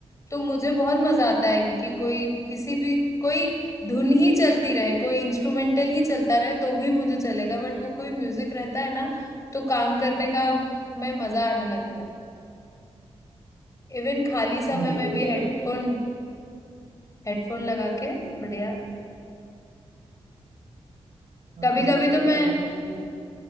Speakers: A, on the left (about 30°); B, on the right (about 90°).
A: तो मुझे बहुत मजा आता है कि, कि कोई किसी भी कोई धुन ही चलती रहे कोई इंस्ट्रूमेंटल ही चलता रहे तो भी मुझे चलेगा बट वो कोई म्यूजिक रहता है ना तो काम करने का में मजा आने लगता है इवन खाली समय
B: हाँ ये
A: में
B: तो
A: भी हेडफोन
B: है
A: हेडफोन लगा के बढ़िया
B: हाँ
A: कभी
B: ये
A: कभी
B: तो
A: तो मैं
B: है और मैं एक-